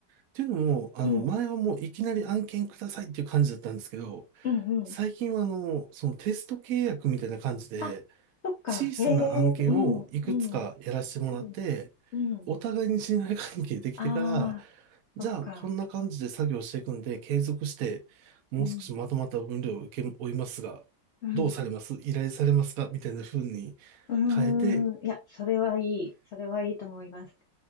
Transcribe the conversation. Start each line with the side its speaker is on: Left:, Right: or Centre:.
Right: っていうのも、あの、
Left: うん、
Right: 前はもういきなり案件くださいっていう感じだったんですけど、
Left: うん、うん。
Right: 最近はあの、そのテスト契約みたいな感じで、
Left: あ、そっか。
Right: 小さな案件をいくつかやらせてもらって、
Left: へえ、うん、うん、うん、うん。
Right: お互いに信頼関係できてから、
Left: ああ、
Right: じゃあこんな感じで作業していくんで、
Left: そっか。
Right: 継続して、もう少しまとまった分量を受け負いますが、
Left: うん、うん。
Right: どうされます依頼されますかみたいな風に
Left: う
Right: 変えて、
Left: ーん。いや、それはいい。それはいいと思います。